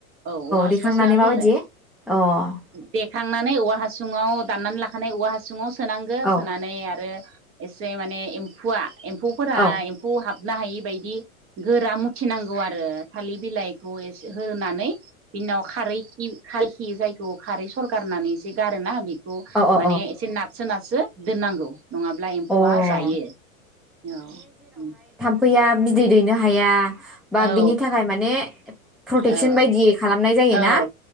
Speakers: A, on the right (about 30°); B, in the centre.
A: औ औवा हासुङाव
B: देखांनानै
A: सोनांगौ
B: माबायदि
A: आरो
B: अ औ
A: देखांनानै औवा हासुं सिङाव दाननानै लाखानाय औवा हासुंआव सोनांगो
B: औ
A: सोनानै आरो एसे माने एम्फुवा एम्फौफोरा
B: औ
A: एम्फौ हाब हाबनो हायि बायदि गोरा मुथिनांगौ आरो थालिर बिलाइखौ एसे होनानै बिनि उनाव खारै खिउ खायखि जायखौ खारै सरगारनानै जे गारोना बे खौ
B: औ औ
A: माने एसे नारसो नार सो दोननांगौ नङाब्ला एम्फौआ
B: औ अ
A: जायो औ उम
B: फैया बिदै दैनो हाया बा
A: औ
B: बिनि थाखाय माने प्रटेकसन
A: औ
B: बायदियै खालाम नाय जायोना
A: औ